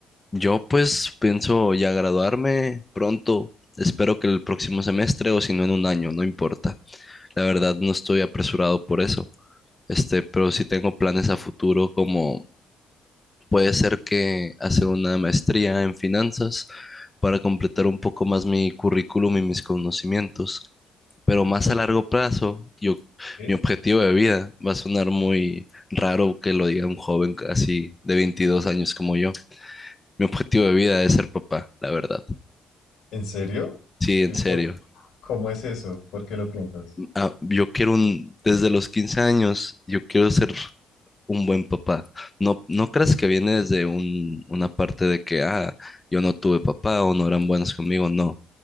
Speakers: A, on the left; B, on the left.
A: Yo, pues, pienso ya graduarme pronto. Espero que el próximo semestre o si no en un año, no importa. La verdad, no estoy apresurado por eso. Este, pero sí tengo planes a futuro como puede ser que hacer una maestría en finanzas para completar un poco más mi currículum y mis conocimientos. pero más
B: Oye,
A: a largo plazo, yo,
B: ¿qué?
A: mi objetivo de vida va a sonar muy raro que lo diga un joven así de 22 años como yo. Mi objetivo de vida es ser papá, la verdad.
B: ¿En serio?
A: Sí, en
B: ¿Y
A: serio.
B: por- cómo es eso? ¿Por qué lo piensas?
A: Ah, yo quiero un, desde los 15 años, yo quiero ser un buen papá. No, no creas que viene desde un, una parte de que, ah, yo no tuve papá o no eran buenos conmigo. No,